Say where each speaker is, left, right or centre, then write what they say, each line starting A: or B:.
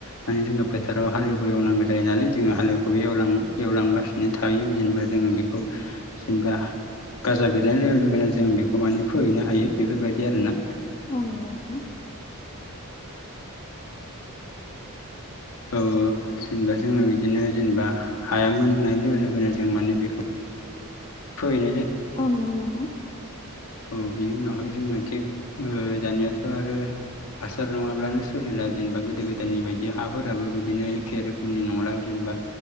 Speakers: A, on the left; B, on the left.
A: माने जोङो फोथाराव हालेवबो एवनांगौ जायो नालाय जोङो हालेवखबो एवलां एवलां थगासिनो थायो जेनेबा जोङो बेखौ जेनेबा गाजा बिरनाय लोगो लोगोनो जों बेखौ माने फोहैनो हायो बेफोरबायदि आरोना।
B: अ नंगौ नोंथां।
A: <inaudible> औ जेनेबा जोङो बिदिनो जेनेबा हाया मोननाय लोगो लोगोनो जों माने बेखौ <unintelligible>
B: औ नंगौ नोंथां।
A: औ बिनि उनावहाय जोङो थिग दानायाथ' आरो हासार नङाब्लानो सोलिला जेनेबा गोदो गोदायनि बायदि हाफोराबो बिदिनो एखे रोखोमनि नंला जेनबा